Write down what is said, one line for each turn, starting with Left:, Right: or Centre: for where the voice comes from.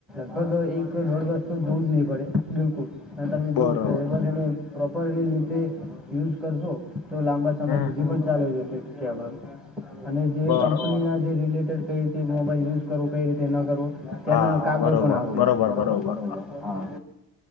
Centre: મગ એક દોડ વસ્તુ બોજ નં પડે. બિલકુલ. હા તમે જો.
Left: બરોબર
Centre: <unintelligible> પ્રોપરરી રીતે યુઝ કરશો. તો લાંબા સમય
Left: હમ
Centre: સુધી પણ ચાલી જશે. કેવા અને જે
Left: બરો
Centre: કંપની ના જે રિલેટ કઈ રીતે મોબાઈલ યુઝ કરો. કઈ રીતે ન કરો. તેના
Left: હા
Centre: કાગળ
Left: બરોબર
Centre: પણ આપે.
Left: બરોબર
Centre: બરોબર-બરોબર,
Left: બરોબર
Centre: હા